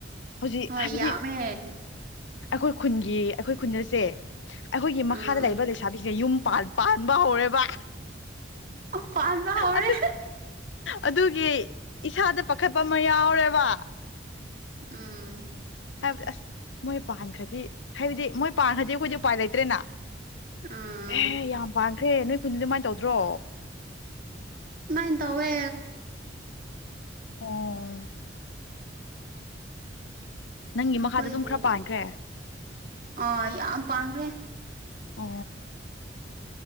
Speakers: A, on the left; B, on the right.
A: ꯍꯧꯖꯤꯛ
B: ꯍꯣꯏ
A: ꯍꯥꯏꯕꯗꯤ
B: ꯌꯥꯝꯃꯦ
A: ꯑꯩꯈꯣꯏ ꯈꯨꯟꯒꯤ ꯑꯩꯈꯣꯏ ꯈꯨꯟꯁꯦ ꯑꯩꯈꯣꯏꯒꯤ
B: ꯑꯥ
A: ꯃꯈꯥꯗ ꯂꯩꯕ ꯂꯩꯁꯥꯕꯤꯁꯤꯅ ꯌꯨꯝ ꯄꯥ ꯄꯥꯟꯕ ꯍꯔꯦꯕ
B: ꯑꯣ ꯄꯥꯟꯕ ꯍꯧꯔꯦ
A: ꯑꯗꯨ ꯑꯗꯨꯒꯤ ꯏꯁꯥꯗ ꯄꯥꯈꯠꯄ ꯑꯃ ꯌꯥꯎꯔꯦꯕ
B: ꯎꯝ
A: ꯍꯥꯏꯕꯗꯤ ꯑꯁ ꯃꯣꯏ ꯄꯥꯟꯈ꯭ꯔꯗꯤ ꯍꯥꯏꯕꯗꯤ ꯃꯣꯏ ꯄꯥꯟꯈ꯭ꯔꯗꯤ ꯑꯩꯈꯣꯏꯗꯤ ꯎꯄꯥꯏ ꯂꯩꯇ꯭ꯔꯦꯅ
B: ꯎꯝ
A: ꯑꯦ ꯌꯥꯝ ꯄꯥꯝꯈ꯭ꯔꯦ ꯅꯣꯏ ꯈꯨꯟ ꯑꯗꯨꯃꯥꯏꯅ ꯇꯧꯗ꯭ꯔꯣ
B: ꯃꯥꯥꯏ ꯇꯋꯦ
A: ꯑꯣ ꯅꯪꯒꯤ
B: ꯑꯩꯈꯣꯏꯒꯤ
A: ꯃꯈꯥꯗ ꯑꯗꯨꯝ ꯈꯔ ꯄꯥꯟꯈ꯭ꯔꯦ
B: ꯑꯥ ꯌꯥꯝ ꯄꯥꯡꯈ꯭ꯔꯦ
A: ꯑ